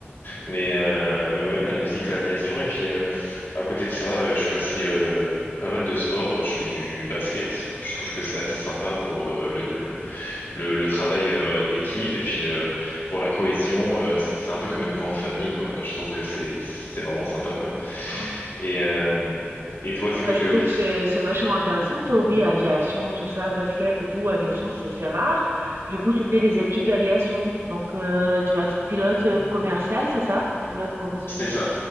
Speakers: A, on the left; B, on the right.
A: Mais, euh, mais ouais, la musique, l'aviation. Et puis, euh, à côté de ça, euh, je fais aussi euh, pas mal de sport. euh, Je fais du basket. Je trouve que c'est assez sympa pour euh, le, le, le travail euh, d'équipe et puis euh, pour la cohésion. euh, c'est c'est un peu comme une grande famille, quoi. Je trouve que c'est, c'est vraiment sympa, quoi.
B: Ah.
A: Et, euh, et toi,
B: Ah
A: c'est
B: bah,
A: quoi
B: je
A: tes
B: trouve
A: hobbies?
B: que c'est c'est vachement intéressant tes hobbies, aviation, tout ça, basket et tout, aviation, c'est c'est rare. Du coup, tu fais des études d'aviation. Donc euh, tu vas être pilote euh, commercial, c'est ça? Pilote professionnel.
A: C'est ça,